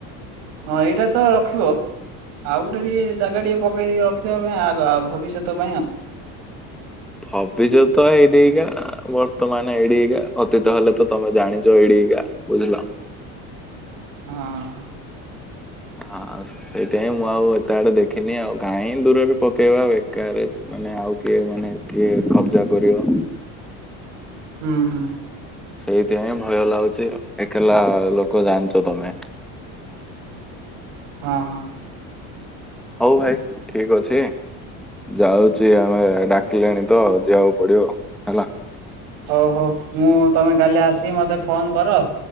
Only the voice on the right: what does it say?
ହଁ ଏଇଟା ତ ରଖିବ। ଆଉ ଗୋଟେ ଟିକେ ଜାଗା ଟିକେ ପକେଇକି ରଖିଦବା ପାଇଁ ଆଗ ଭବିଷ୍ୟତ ପାଇଁ ଆଉ।
ହଁ।
ହୁଁ ହୁଁ
ହଁ ହଁ
ହଉ ହଉ, ମୁଁ ତମେ କାଲି ଆସିିକି ମତେ ଫୋନ କର